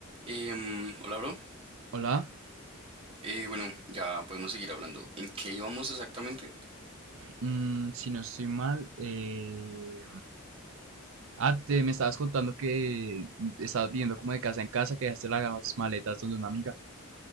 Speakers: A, on the right (about 25°); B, on the right (about 65°).
A: Em, hola, bro.
B: Hola,
A: Eh, bueno, ya podemos seguir hablando. ¿En qué íbamos exactamente?
B: mm, si no estoy mal, eh, ah, te, me estabas contando que estabas viendo como de casa en casa, que dejaste las maletas donde una amiga.